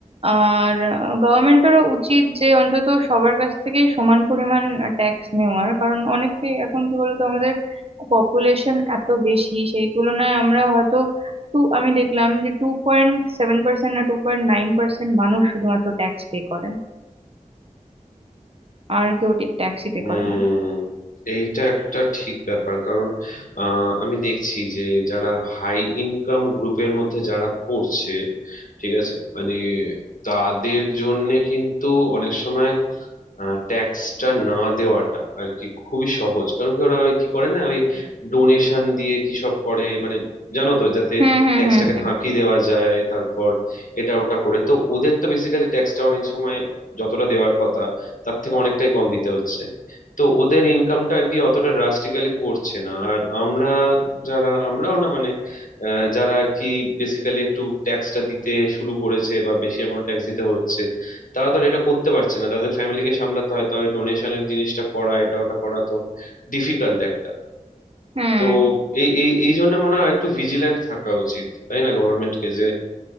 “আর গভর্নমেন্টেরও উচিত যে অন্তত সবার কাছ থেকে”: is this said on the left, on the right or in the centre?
Right